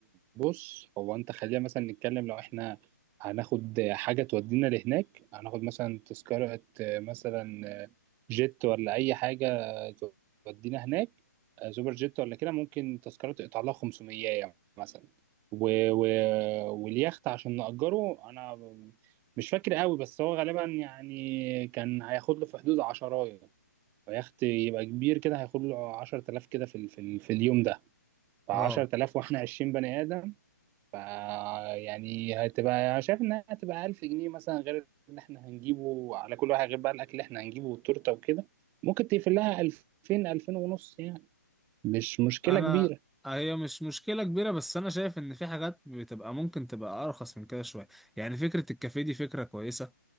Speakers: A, on the right; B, in the centre.
A: بص هو انت خلينا مثلا نتكلم لو احنا هناخد حاجة تودينا لهناك هناخد مثلا تذكرة آه، مثلا آه، جيت ولا أي حاجة تودينا هناك آه، سوبر جيت ولا كده ممكن تذكرة تقطع لها 500 مثلا و... و... واليخت عشان نأجره أنا مش فاكر قوي بس هو غالبا يعني كان هياخد له في حدود عشراية فيخت يبقى كبير كده هياخد له 10000 كده في ال... في, ال... في اليوم ده. ف10000
B: اه
A: واحنا 20 بني ادم ف يعني هتبقى شايف انها هتبقى 1000 جنيه مثلا غير اللي احنا هنجيبه على كل واحد غير بقى الاكل اللي احنا هنجيبه والتورته وكده ممكن تقفل لها 2000 2000 ونص يعني مش مشكله
B: انا
A: كبيره
B: هي مش مشكله كبيره بس انا شايف ان في حاجات بتبقى ممكن تبقى ارخص من كده شويه يعني فكره الكافيه دي فكره كويسه